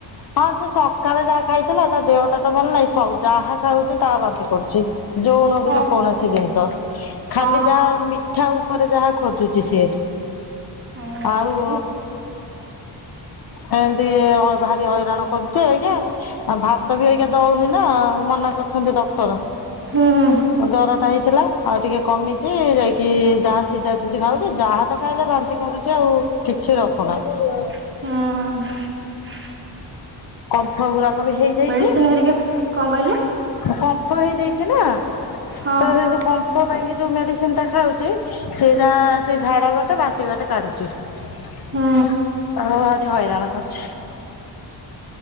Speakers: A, on the left; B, on the right.
A: ହଁ ସେ ସ ସକାଳେ ଯାହା ଖାଇଥିଲା ତା ଦେହଟା ତ ଭଲ ନାଇ ସ ଯାହା ଖାଉଚି ତାହା ବାନ୍ତି କରୁଚି। ଯୋଉଣ କୁ
B: ଓହୋ
A: ତ କୌଣସି ଜିନିଷ ଖାଲି
B: ହଁ
A: ଯାହା ମୀ ମିିଠା ଉପରେ ଯାହା ଖୋଜୁଚି ସିଏ
B: ହଁ
A: ଆଉ।
B: ଏସ୍
A: ଏମିନ୍ତି ଭାରି ହଇରାଣ କରୁଚି ଏଇକା ଆଉ ଭାତ ବି ଏଇକା ଦଉନି ନା ମନା କରିଛନ୍ତି ଡକ୍ଟର।
B: ହୁଁ ହୁଁ
A: ଜର ଟା ହେଇଥିଲା ଆଉ ଟିକେ କମିଚି ଯାଇକି ଯାହା ସିଝା ସିଝି ଖାଉ। ଚି ଯାହା ତ ଖାଇଲେ ବାନ୍ତି କରୁଚି ଆଉ କିଛି ରଖୁନାହିଁ।
B: ହଁ।
A: କମ୍ଫ ଗୁଡାକ ବି ହେଇଯାଇଚି
B: ମେଡିସିନ ହେରିକା କଣ କହିଲେ?
A: କମ୍ଫ ହେଇଯାଇଚି ନା।
B: ହ।
A: ତା ସେ ଯୋଉ କମ୍ଫ ପାଇଁକି ଯୋଉ ମେଡିସିନ ଟା ଖାଉଚି ସେଇଟା ସେ ଝାଡା ବାଟେ ବାନ୍ତି ବାଟେ କାଢୁଚି। ଆଉ
B: ହୁଁ
A: ଭାରି ହଇରାଣ କରୁଚି।